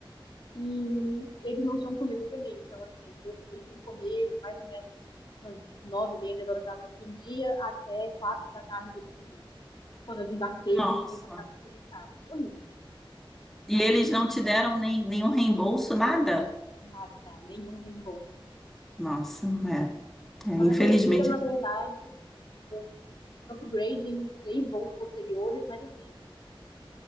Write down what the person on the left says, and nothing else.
E eles não tinham comida pra mim. Então, assim, eu fiquei sem comer de mais ou menos umas nove e meia, dez horas da noite de um dia até quatro da tarde do dia seguinte. Quando eu desembarquei,
consegui passar no supermercado. Foi horrível.
Nada, nenhum reembolso.
Só
me ofereceram, na verdade, eh, upgrade em três voos posteriores, mas assim,